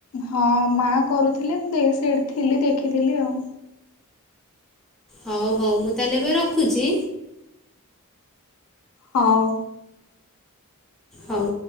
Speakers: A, on the left; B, in the centre.
A: ହଁ ମା କରୁଥିଲେ ମୁଁ ସେଇଠି ଥିଲି ଦେଖିଥିଲି ଆଉ
B: ହଉ ହଉ ମୁଁ ତାହେଲେ ଏବେ ରଖୁଛି।
A: ହଁ।
B: ହଉ।